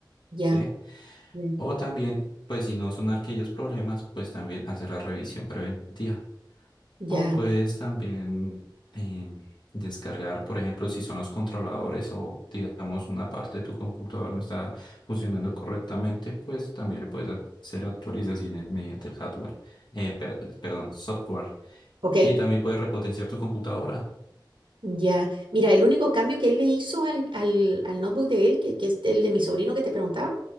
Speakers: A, on the right; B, on the left.
A: ya,
B: ¿sí?
A: ya,
B: O también, pues si no son aquellos problemas, pues también hacer la revisión preventiva.
A: ya,
B: O puedes también em, descargar, por ejemplo, si son los controladores o digamos una parte de tu computador no está funcionando correctamente, pues también le puedes hacer actualizaciones mediante el hardware, eh, per- perdón, software.
A: ok.
B: Y también puedes repotenciar tu computadora.
A: Ya, mira, el único cambio que él le hizo al, al, al notebook de él, que, que es el de mi sobrino que te preguntaba,